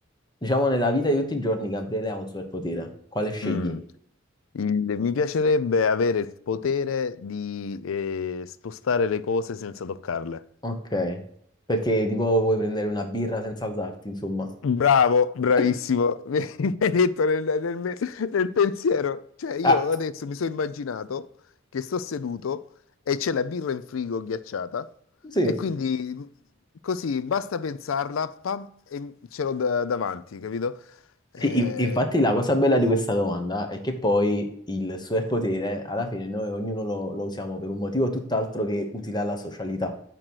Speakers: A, on the left; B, on the left.
A: Diciamo nella vita di tutti i giorni, Gabriele ha un superpotere. Quale scegli?
B: Mm. Il- mi piacerebbe avere il potere di eh, spostare le cose senza toccarle.
A: Ok. Perché tipo vuoi prendere una birra senza alzarti, insomma.
B: Bravo, bravissimo.
A: <laughs>
B: <laughs> Mi hai detto nel, nel me- nel pensiero. Cioè, io
A: Ah.
B: adesso mi sono immaginato che sto seduto e c'è la birra in frigo ghiacciata
A: Sì.
B: e quindi così basta pensarla, pam, e ce l'ho da- davanti, capito? Eh,
A: Sì, in- infatti la cosa bella di questa domanda è che poi il superpotere, alla fine noi ognuno lo, lo usiamo per un motivo tutt'altro che utile alla socialità.